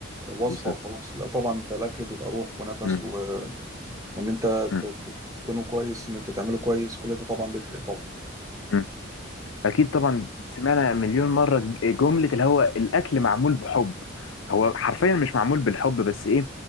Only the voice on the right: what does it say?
وصفه
وخلاص لا طبعا انت الاكل بيبقى روح ونفس
و- وان انت
ت- ت- تتقنه كويس ان انت تعمله كويس كل ده طبعا بيفرق طبعا